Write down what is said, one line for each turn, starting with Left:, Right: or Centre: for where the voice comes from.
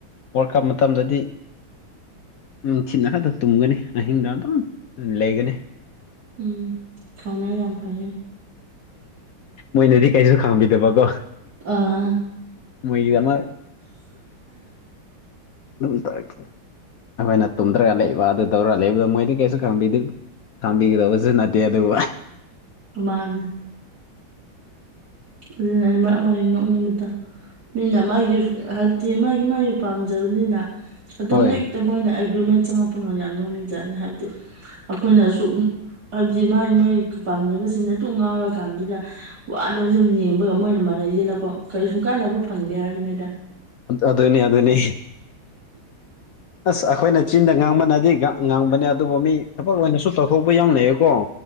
Left: ꯋꯥꯜ ꯀꯞ ꯃꯇꯝꯗꯗꯤ ꯅꯨꯡꯊꯤꯟ ꯉꯥꯛꯇ ꯇꯨꯝꯒꯅꯤ ꯑꯍꯤꯡꯗ ꯑꯗꯨꯝ ꯂꯩꯒꯅꯤ
Right: ꯎꯝ ꯊꯧꯅꯥ ꯌꯥꯝ ꯐꯩꯍ‌ꯦ
Left: ꯃꯣꯏꯅꯗꯤ ꯀꯩꯁꯨ ꯈꯥꯡꯕꯤꯗꯕꯀꯣ
Right: ꯑꯥ
Left: ꯃꯣꯏꯒꯤꯗꯃꯛ <unintelligible> ꯑꯩꯈꯣꯏꯅ ꯇꯨꯝꯗ꯭ꯔꯒ ꯂꯩꯕ ꯑꯗꯨ ꯇꯧꯔꯒ ꯂꯩꯕꯗꯣ ꯃꯣꯏꯗꯤ ꯀꯩꯁꯨ ꯈꯪꯕꯤꯗ‌ꯦ ꯈꯪꯕꯤꯒꯗꯧꯕꯁꯨ ꯅꯠꯇꯦ ꯑꯗꯨꯕꯨ
Right: ꯀꯃꯥꯅ ꯑꯗꯨꯅ ꯑꯩ ꯃꯔꯛ ꯃꯔꯛ ꯅꯣꯛꯅꯤꯡꯕꯗ‌ꯣ ꯃꯤꯅ ꯃꯥꯒꯤ ꯍꯥꯏꯕꯗꯤ ꯃꯥꯒꯤ ꯃꯥꯒꯤ ꯄꯥꯝꯖꯕꯅꯤꯅ ꯑꯗꯨꯝ
Left: ꯍꯣꯏ
Right: ꯍꯦꯛ ꯃꯣꯏꯅ ꯑꯦꯒ꯭ꯔꯤꯃꯦꯟ ꯆꯪꯉꯛꯄ ꯌꯥꯝ ꯅꯧꯅꯤꯡꯖꯥꯠꯅꯤ ꯍꯥꯏꯕꯗꯤ ꯑꯩꯈꯣꯏꯅꯁꯨ ꯍꯥꯏꯕꯗꯤ ꯃꯥꯒꯤ ꯃꯥꯒꯤ ꯄꯥꯝꯖꯕꯁꯤꯅ ꯑꯗꯨꯝ ꯉꯥꯎꯔꯀꯥꯟꯗꯨꯗ ꯋ ꯑꯗ‌ꯣ ꯁꯨꯝ ꯌꯦꯡꯕꯒ ꯃꯣꯏꯅ ꯃꯔꯩ ꯌꯦꯜꯂꯛꯄ ꯀꯔꯤ ꯁꯨ ꯀꯥꯟꯅꯕ ꯐꯪꯗꯦ ꯍꯥꯏꯕꯅꯤꯗ
Left: ꯑꯗꯨꯅꯤ ꯑꯗꯨꯅꯤ ꯑꯁ ꯑꯩꯈꯣꯏꯅ ꯆꯤꯟꯗ ꯉꯥꯡꯕꯅꯗꯤ ꯉ ꯉꯥꯡꯕꯅꯦ ꯑꯗꯨꯕꯨ ꯃꯤ ꯊꯕꯛ ꯑꯣꯏꯅꯁꯨ ꯇꯧꯊꯣꯛꯄ ꯌꯥꯝ ꯂꯩꯌꯦꯀꯣ